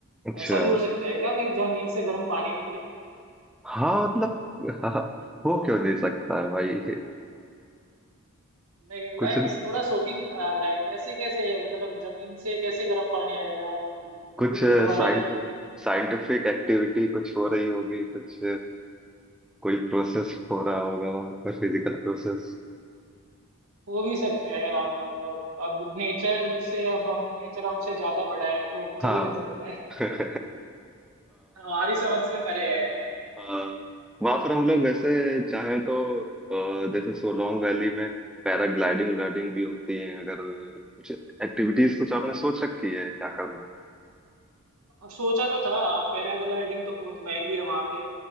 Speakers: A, in the centre; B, on the right (about 80°).
A: अच्छा
B: ऐसा भी हो सकता है क्या कि जमीन से गर्म पानी निकले
A: हाँ मतलब हाँ हो क्यों नहीं सकता है भाई
B: नहीं लाइक
A: कुछ
B: थोड़ा शॉकिंग था लाइक ऐसे कैसे मतलब जमीन से कैसे गर्म पानी आएगा वो वो
A: कुछ
B: भी गुरुद्वारे
A: साइंट
B: में
A: साइंटिफिक एक्टिविटी कुछ हो रही होगी कुछ कोई प्रोसेस हो
B: हाँ,
A: रहा होगा वहां पर फिजिकल प्रोसेस
B: हो भी सकता है अब मतलब अब नेचर से अब हम नेचर हमसे ज्यादा बड़ा है तो वो कुछ
A: हाँ
B: भी कर सकता है
A: <laughs>
B: हाँ, हमारी समझ से परे
A: हाँ वहां पर हम लोग वैसे
B: है
A: चाहें तो अ, जैसे सोलोंग वैली में पैराग्लाइडिंग व्लाइडिंग भी होती है अगर कुछ एक्टिविटीज कुछ आपने सोच रखी है क्या करना है
B: अब सोचा तो था पैराग्लाइडिंग तो बहुत महंगी है वहां पे